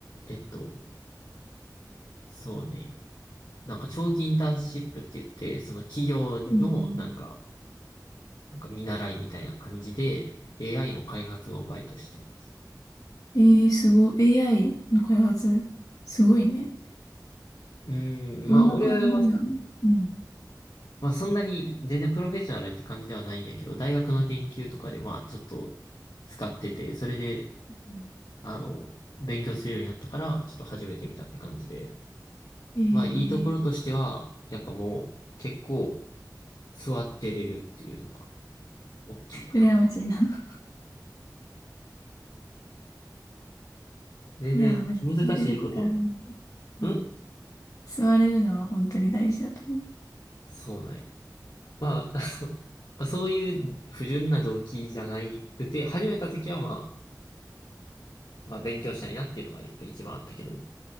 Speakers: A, on the left; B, on the left.
A: えっと、そうね。なんか長期インターンシップって言って、その企業のなんか、
B: うん
A: なんか見習いみたいな感じで AI の開発のバイトしてます。
B: えー、すごい。AI の開発、すごいね。
A: うーん、
B: どんな感じなのうん。
A: まあ俺は、まあそんなに全然プロフェッショナルって感じではないんやけど、大学の研究とかでまあちょっと使ってて、それで、
B: うん
A: あの、勉強するようになったから、ちょっと始めてみたって感じで。
B: えー、
A: まあいいところとしては、やっぱもう結構座ってれるっていうのが大きいかな。
B: 羨ましいな。<laughs>
A: 全然難しいこと。
B: いやー、マジ、座れることはない。
A: うん
B: うん。座れるのは本当に大事だと思う。
A: そうなんや。まあ、<laughs> あのまあそういう不純な動機じゃなくて、始めた時はまあ、まあ勉強したいなっていうのがやっぱ一番あったけどね、